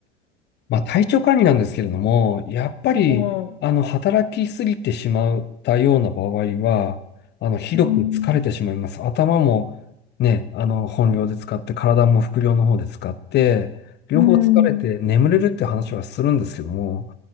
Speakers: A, on the left (about 35°); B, on the left (about 55°).
A: まあ、体調管理なんですけれども、やっぱり、
B: うん。
A: あの、働きすぎてしまったような場合は、あの、ひどく疲れてしまいます。
B: うん。
A: 頭もね、あの、本領で使って、体も副領の方で使って、両方疲れて眠れるって話はするんですけども、
B: うん。